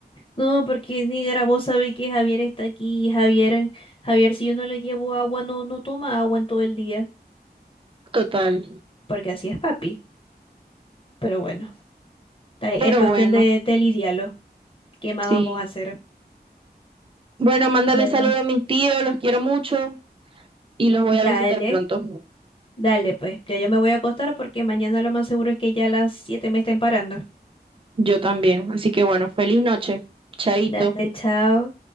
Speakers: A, on the left; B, on the right.
A: No, porque ni grabó sabe que Javier está aquí. Javier, Javier, si yo no le llevo agua, no, no toma agua en todo el día,
B: Total.
A: porque así es papi. Pero bueno, ahí
B: Pero
A: es cuestión
B: bueno,
A: de, de lidiarlo. ¿Qué más
B: sí.
A: vamos a hacer?
B: Bueno, mándale
A: Claro.
B: saludos a mis tíos, los quiero mucho y los voy
A: Dale,
B: a visitar pronto.
A: dale, pues. Ya yo me voy a acostar porque mañana lo más seguro es que ya a las 7 me estén parando.
B: Yo también. Así que bueno, feliz noche. Chaito.
A: Dale, chao.